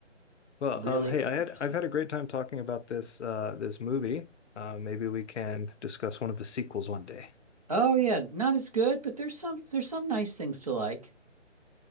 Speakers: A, on the left (about 70°); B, on the right (about 30°).
A: Well,
B: Really
A: um, hey, I had
B: interesting.
A: I've had a great time talking about this uh, this movie. Uh, maybe we can discuss one of the sequels one day.
B: Oh yeah, not as good, but there's some there's some nice things to like.